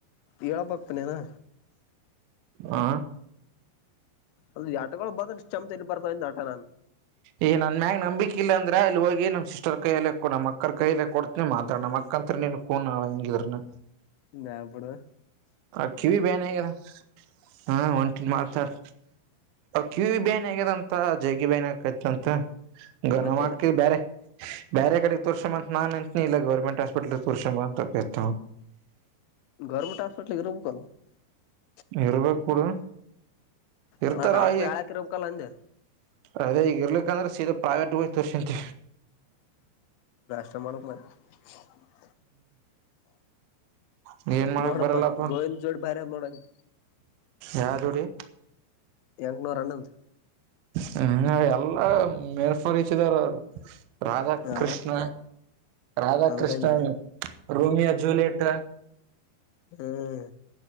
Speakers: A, on the left; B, on the right.
A: ಇಳ ಪಕ್ಕನೆನಾ
B: ಆ
A: ಅ ಆಟಗಳು ಬಂದ ಚಮ್ ಬರ್ತಾವ ಆಟ ನಾನನ್
B: ಈಗ ನನ್ ಮ್ಯಾಗ ನಂಬಿಕಿಲ್ಲ ಅಂದ್ರೆ ಅಲ್ಲಿ ಹೋಗಿ ನಮ್ಮ ಸಿಸ್ಟರ್ ಕೈಯಲ್ಲ ನಮ್ಮಕ್ಕರ್ ಕೈಯಲೆ ಕೊಡ್ತನಿ ಮಾತ್ರ ನಮ್ಮ ಅಕ್ಕ ತರೇ ಕೂಣ ನಳ ಹಂಗಿರನ
A: ನಾನ್ ಇಬಡು
B: ಅ ಕಿವಿ ಬೇನ್ಗದ ಹಾ ಒಂಟ ಮಾತಾಡ್ ಕಿವಿ ಬೇನ್ ಹೇಗದಂತ ಜಗಿ ಬೇನ್ ಹಕತಂತ ಗನಮ
A: ಮತ್ತೆ
B: ಹಾಕ್ತಿದ ಬೇರೆ ಬೇರೆ ಕಡೆಗ್ ತೋರ್ಸಂಬ ಅಂತ ನನ್ ಅಂಂತನಿ ಇಲ್ಲ ಗೌರ್ಮೆಂಟ್ ಹಾಸ್ಪಿಟ್ಲ್ ತೋರ್ಸಂಬ ಅಂತ ಕರ್ತ
A: ಗೌರ್ಮೆಂಟ್ <unintelligible>
B: ಇರ್ಬೇಕು ಕೂಡ ಇರ್ತರಾಯ
A: ಅಲ್ಲ ಡಾಕ್ಟರ್ ಯಾಳಕ್ ಇರ್ಬೇಕಲ್ಲ ಅಂದೆ
B: ಅದೇ ಈಗ ಇರ್ಲಿಕ್ಕಂದ್ರೆ ಸೀದಾ ಪ್ರೈವೇಟ್ ಹೋಗ ತೋರ್ಸಂತ
A: <unintelligible>
B: ಹ್ಮ್ ಏನ್ ಮಾಡಕ್
A: ನೋಡಪ್ಪಾ
B: ಬರಲ್ಲಪ್ಪ
A: ಗೋವಿಂದ ಜೋಡ್ ಬ್ಯಾರೆ ಅದ್ ನೋಡಂಗ
B: ಯೋಡಿ
A: ಎಂಕ್ನೂರ ಹನಂದ
B: ಹ ಎಲ್ಲಾ ಮೇಲ್ಫಲಿಚದರ್ ಅವರು ರಾಧಾಕೃಷ್ಣ
A: ಹಾ
B: ರಾಧಾಕೃಷ್ಣ
A: ಹಂಗಂದೆ
B: ರೋಮಿಯೋ ಜೂಲಿಯೆಟ್
A: ಹ್ಮ್